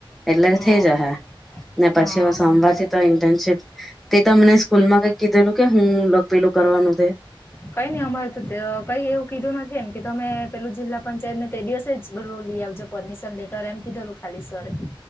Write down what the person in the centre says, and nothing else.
એટલે
થઇ જા હૈ. ને પછી
હવે સોમવાર થી તો ઇન્ટર્નશીપ તે તમને સ્કૂલ માં કઈક કીધેલું કે હું લોક પહેલું કરવાનું તે